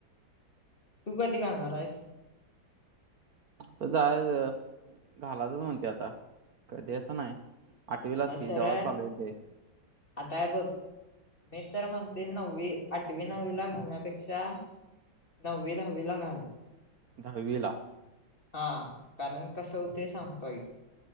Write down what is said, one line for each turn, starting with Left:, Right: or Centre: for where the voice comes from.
Left: तू कधी घालणार आहेस
Right: तर जाय घालातच म्हणते आता कधी असं नाही आठवीलाच
Left: बसर
Right: की जेव्हा चालू होईल ते
Left: आताय बघ मी तर म्हणते नववी आठवी नववी ला घालण्यापेक्षा नववी दहावीला घाल
Right: दहावीला
Left: हा कारण कस होते सांगतोय आइक